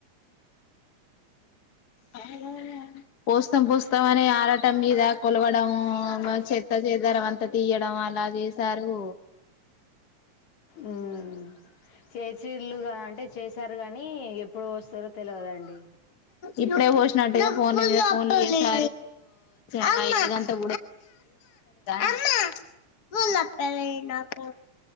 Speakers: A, on the left (about 50°); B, on the left (about 65°).
A: ఆలల పోస్తం పోస్తం
B: పోస్తాం
A: అనే ఆడటం
B: పోస్తాం
A: మీద
B: అని ఆడటం
A: కొలవడం
B: మీద కొలవడం
A: చెత్త చేదరం అంత తీయడం అలా చేశారు
B: ఉమ్ చేసిర్లుగా అంటే చేశారు గాని ఎప్పుడు పోస్తారో తెలువదండి
A: ఇప్పుడే భోషనట్టుగా ఫోన్ మీద ఫోన్ చేస్ అమ్మ అమ్మ అమ్మ ఫోలత ర నాకు